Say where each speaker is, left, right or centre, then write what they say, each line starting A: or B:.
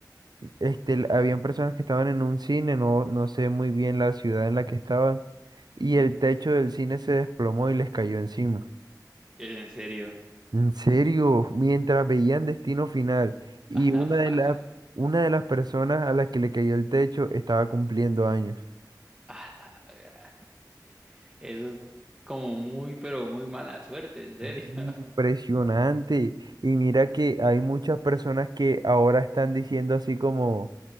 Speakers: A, on the right; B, on the right.
A: este, l- habían personas que estaban en un cine, no, no sé muy bien la ciudad en la que estaban, y
B: ujú.
A: el techo del cine se desplomó y les cayó encima.
B: En serio.
A: En serio, mientras veían Destino Final y
B: <laughs>
A: una
B: A la
A: de
B: madre.
A: las una de las personas a las que le cayó el techo estaba cumpliendo años.
B: A la gra- Eso es como muy, pero muy mala suerte, en serio.
A: Impresionante.
B: <laughs>
A: Y mira que hay muchas personas que ahora están diciendo así como,